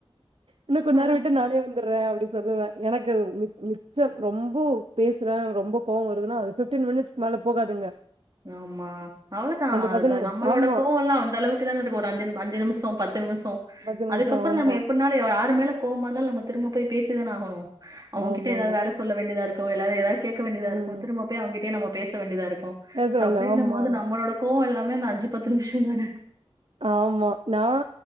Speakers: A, on the right; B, on the right.
A: இன்னு கொஞ்ச
B: ம்.
A: நேரோ விட்டு நானே வந்துடுறே சொல்லுவே எனக்கு மி மிச்சம் ரொம்போ பேசுறே ரொம்ப கோவம் வருதுன்னா அது பிப்டீன் மினிட்ஸ்க்கு மேல போகாதுங்க
B: ஆமா அவ்வளோதா
A: அந்த பதினு
B: நம்மளோட
A: ஆமா
B: கோவம் எல்லா அந்தளவுக்கு தானே ஒரு அஞ்சு அஞ்சு நிமிஷம் பத் துமிஸ்
A: பத்து நிமிஷோ
B: அதுக்கப்புறோ
A: ஆமா
B: நம்ம எப்டினாலு யாரு மேல கோவமா இருந்தாலு நம்ம திரும்ப போய் பேசி இதுனாகு அவங்ககிட்ட
A: ஆமாங்க
B: ஏதாவது வேல சொல்ல வேண்டியதா இருக்கு எல்லாரு ஏதாது கேட்க வேண்டியதா
A: ம்
B: இருக்கு திரும்ப போய் அவங்கிட்டயே நம்ம பேச வேண்டியதாருக் கு
A: பேச
B: ச
A: வேண்டிய
B: அப்டினும்
A: ஆமா
B: போது நம்மளோட கோ ஓ எல்லாமே நா அஞ்சு பத்து நிமிஷம் தானே
A: ஆமா நா